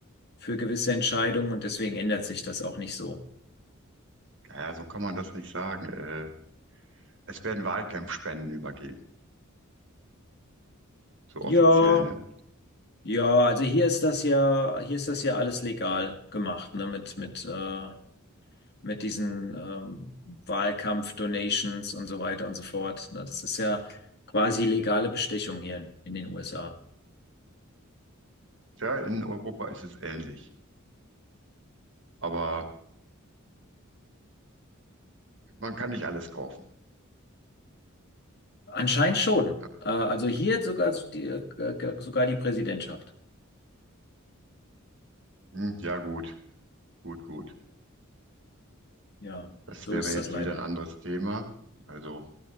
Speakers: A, on the left; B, on the right.
A: für gewisse Entscheidungen und deswegen ändert sich das auch nicht so.
B: naja, so kann man das nicht sagen. Äh, es werden Wahlkampfspenden übergeben, so
A: Ja,
B: offiziell, ne?
A: ja, also hier ist das ja, hier ist das ja alles legal gemacht, ne, mit, mit, äh, mit diesen ähm, Wahlkampf-Donations und so weiter und so fort. Ne, das ist ja quasi legale Bestechung hier in den USA.
B: Ja, in Europa ist es ähnlich. Aber man kann nicht alles kaufen.
A: Anscheinend schon.
B: Ja,
A: Äh, also hier sogar die, äh, sogar die Präsidentschaft.
B: Hm, ja gut, gut, gut.
A: Ja,
B: Das
A: so
B: wäre
A: ist
B: jetzt
A: das leider.
B: wieder ein anderes Thema. Also,